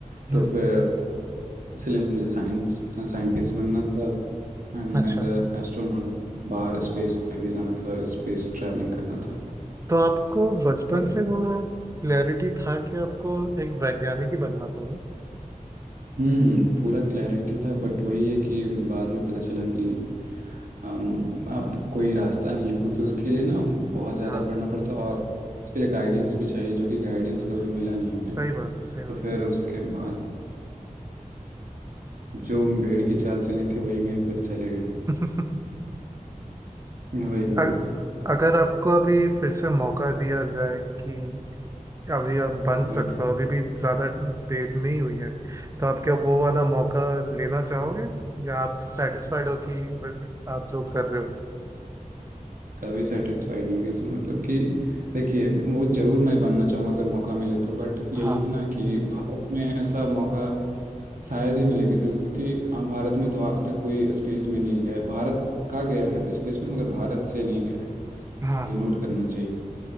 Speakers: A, on the right; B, on the right.
A: हम्म,
B: तो फिर इसलिए मुझे साइंस साइंटिस्ट बनना था एंड
A: अच्छा
B: एज अ एस्ट्रोनॉट बाहर स्पेस में भी जाना था स्पेस ट्रैवलिंग करना था
A: तो आपको बचपन
B: तो
A: से वो क्लैरिटी था कि आपको एक वैज्ञानिक ही बनना था नहीं
B: हम्म पूरा क्लैरिटी था बट वही है कि बाद में पता चला कि अम, अब कोई रास्ता नहीं है क्योंकि उसके लिए ना बहुत ज़्यादा
A: हाँ
B: पढ़ना पड़ता है और उसके लिए गाइडेंस भी चाहिए जो कि गाइडेंस कभी मिला नहीं हमें
A: सही बात है सही
B: तो
A: बात
B: फिर
A: है
B: उसके बाद अब जो भेड़ की चाल चलनी थी वही में फिर चले गए
A: <laughs>
B: वही
A: अग-
B: हुआ
A: अगर आपको अभी फिर से मौका दिया जाए कि अभी आप बन
B: वही
A: सकते हो अभी भी ज्यादा देर नहीं हुई है तो आप क्या वो वाला मौका लेना चाहोगे या आप सेटिस्फाइड हो कि आप जो कर रहे हो
B: कभी सेटिस्फाई नहीं होंगे सो मतलब कि देखिए वो जरूर मैं बनना चाहूँगा अगर मौका मिले तो बट यही
A: हाँ
B: ना कि भारत में ऐसा मौका शायद ही मिले किसी को क्योंकि आ, भारत में तो आज तक कोई स्पेस में नहीं गया है भारत का गया है स्पेस में मगर भारत से नहीं गया है
A: हाँ
B: ये
A: हाँ
B: नोट करना चाहिए